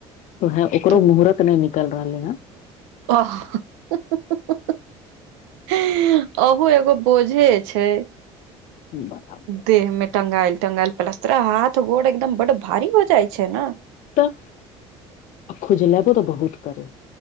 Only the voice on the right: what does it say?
तऽ
<unintelligible> अहऽ हँ-हँ-हँ हँ-हँ-ह अहु एगो बोझे छैय
देह मे टंगायल टंगायल पलस्तर हाथ गोर एकदम बड्ड भारी हो जाय छैय न